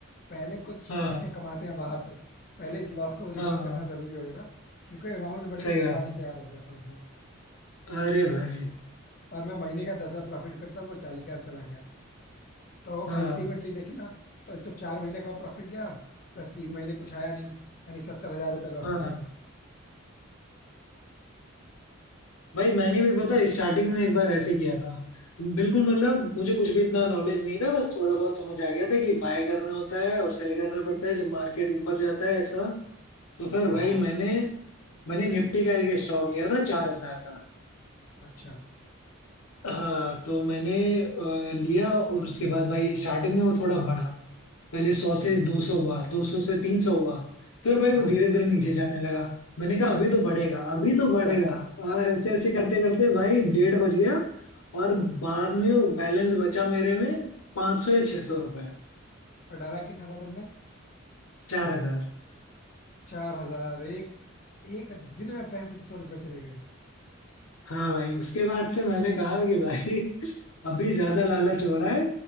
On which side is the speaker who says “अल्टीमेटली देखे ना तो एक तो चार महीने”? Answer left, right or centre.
Left